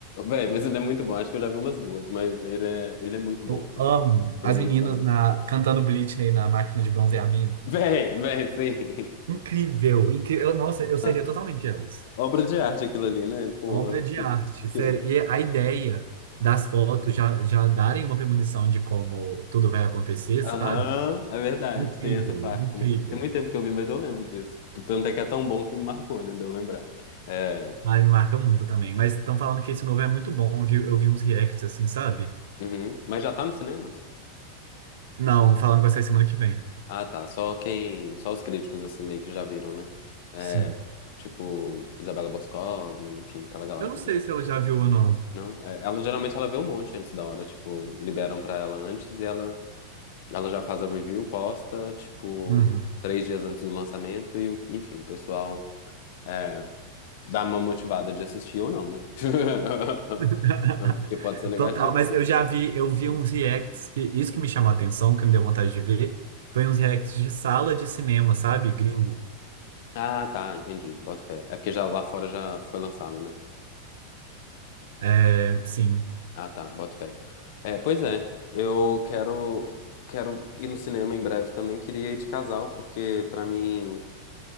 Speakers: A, on the left; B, on the right.
A: Véi, mas ele é muito bom, acho que eu já vi umas duas, mas ele é, ele é muito bom.
B: Eu
A: o
B: amo
A: Premonição.
B: as meninas na, cantando Britney na máquina de bronzeamento.
A: Véi, véi, sim.
B: Incrível, incrível. Eu- Nossa, eu seria
A: <laughs>
B: totalmente elas.
A: Obra de arte aquilo ali, né? Porra,
B: Obra de
A: que,
B: arte, sério.
A: que,
B: E a ideia das fotos já, já darem uma premonição de como tudo vai acontecer,
A: Aham,
B: sabe?
A: é verdade,
B: Incrível,
A: tem essa parte,
B: incrível.
A: né? Tem muito tempo que eu vi, mas eu lembro disso. Tanto é que é tão bom que me marcou, né? De eu lembrar. É,
B: Ah, me marca muito também. Mas estão falando que esse novo é muito bom, viu? Eu vi uns reacts assim, sabe?
A: uhum. Mas já tá nos cinemas?
B: Não, falando que vai sair semana que vem.
A: Ah, tá. Só quem. Só os críticos, assim, meio que já viram, né? É,
B: Sim.
A: tipo, Isabela Boscov, enfim, aquela galera,
B: Eu não sei
A: né?
B: se ela já viu ou não.
A: Não? É, ela geralmente ela vê um monte antes da hora, tipo, liberam pra ela antes e ela, ela já faz a review, posta, tipo,
B: Uhum.
A: três dias antes do lançamento, e o- enfim, o pessoal. É, Dá uma motivada de assistir ou não, né? <laughs>
B: <laughs>
A: Porque pode ser negativo
B: Total, mas
A: também.
B: eu já vi, eu vi
A: Hum.
B: uns reacts que isso que me chamou a atenção, que me deu vontade de ver, foi uns reacts de sala de cinema, sabe? Gringo.
A: Ah, tá, entendi. Boto fé. É porque já lá fora já foi lançado, né?
B: É, sim.
A: Ah, tá, boto fé. É, pois é, eu quero quero ir no cinema em breve também. Queria ir de casal, porque pra mim,